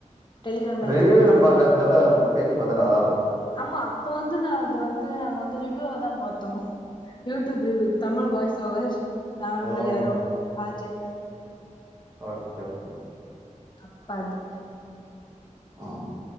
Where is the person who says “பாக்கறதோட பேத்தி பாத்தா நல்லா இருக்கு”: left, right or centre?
Right